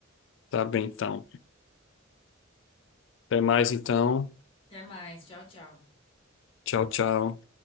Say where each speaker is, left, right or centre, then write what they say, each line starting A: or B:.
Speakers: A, on the left; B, on the left.
A: Tá bem, então. Até mais, então.
B: Até mais. Tchau, tchau.
A: Tchau, tchau.